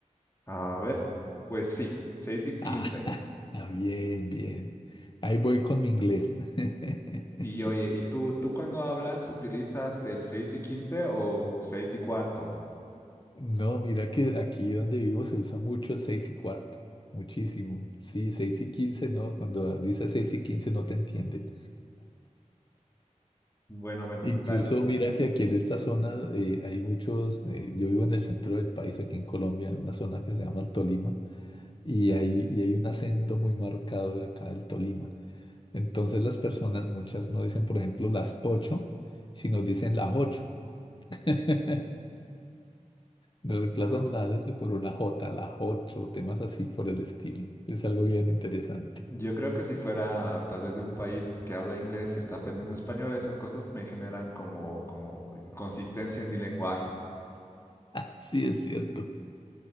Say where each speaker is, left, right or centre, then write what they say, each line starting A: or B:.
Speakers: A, on the left; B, on the left.
A: A ver, pues sí, 6 y 15.
B: Ah, <laughs> ah, bien, bien. Ahí voy con mi inglés. <laughs>
A: Y oye, ¿y tú, tú cuando hablas utilizas el 6 y 15 o 6 y cuarto?
B: No, mira que aquí donde vivo se usa mucho el seis y cuarto. Muchísimo. Sí, seis y quince, no, cuando dice seis y quince no te entienden.
A: Bueno, bueno,
B: Incluso
A: dale.
B: mira que aquí en esta zona eh, hay muchos, eh, yo vivo en el centro del país, aquí en Colombia, en una zona que se llama el Tolima, y hay, y hay un acento muy marcado de acá del Tolima. Entonces las personas, muchas no dicen, por ejemplo, las ocho, sino dicen las ocho. <laughs> Reemplazan
A: No,
B: la S por una J, las ocho, temas así por el estilo. Es algo bien interesante.
A: Yo
B: <laughs>
A: creo que si fuera tal vez de un país que habla inglés y está aprendiendo español, esas cosas me generan como, como inconsistencia en mi lenguaje.
B: Sí, es cierto.